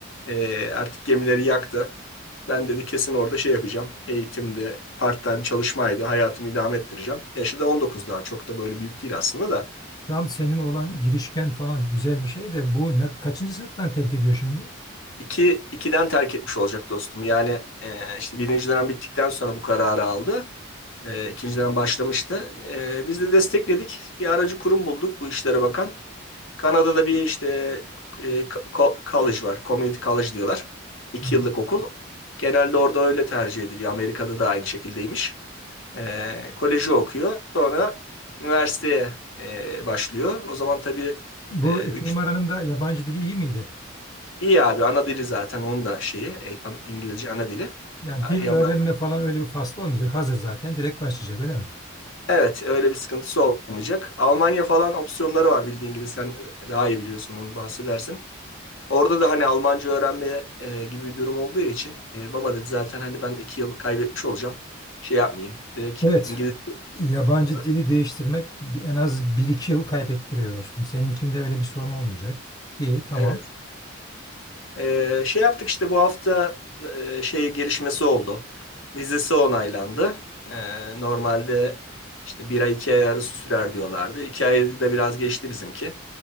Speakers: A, on the left; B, on the left.
A: E, artık gemileri yaktı. Ben dedi kesin orada şey yapacağım. Eğitimde part-time çalışmaydı. Hayatımı idame ettireceğim. Yaşı da 19 daha. Çok da böyle büyük değil aslında da.
B: Tam senin olan girişken falan güzel bir şey de bu ne, kaçıncı sınıftan terk ediyor şimdi?
A: İki, ikiden terk etmiş olacak dostum. Yani e, işte birinci dönem bittikten sonra bu kararı aldı. E, ikinci dönem başlamıştı. E, biz de destekledik. Bir aracı kurum bulduk bu işlere bakan. Kanada'da bir işte e, co- college var. Community college diyorlar. İki
B: Hı.
A: yıllık okul. Genelde orada öyle tercih ediliyor. Amerika'da da aynı şekildeymiş. E, koleji okuyor. Sonra üniversiteye e, başlıyor. O zaman tabii
B: Bu iki
A: 3
B: numaranın da yabancı dili iyi miydi?
A: İyi abi ana dili zaten onun da şeyi e, İngilizce ana dili.
B: Yani
A: Ya-
B: dil
A: Yaman,
B: öğrenme falan öyle bir faslı olmayacak hazır zaten direkt başlayacak öyle mi?
A: evet öyle bir sıkıntısı olmayacak. Almanya falan opsiyonları var bildiğin gibi sen e, daha iyi biliyorsun onu bahsedersin. Orada da hani Almanca öğrenme e, gibi bir durum olduğu için e, baba dedi zaten hani ben iki yıl kaybetmiş olacağım. Şey yapmayayım direkt
B: Evet
A: İngilizce
B: Yabancı
A: olarak.
B: dili değiştirmek bir- en az bir iki yıl kaybettiriyor dostum. Seninkinde öyle bir sorun olmayacak. İyi, tamam.
A: Evet. Ee, şey yaptık işte bu hafta e, şey gelişmesi oldu. Vizesi onaylandı. Ee, normalde işte bir ay iki ay arası sürer diyorlardı. İki ayı da biraz geçti bizimki.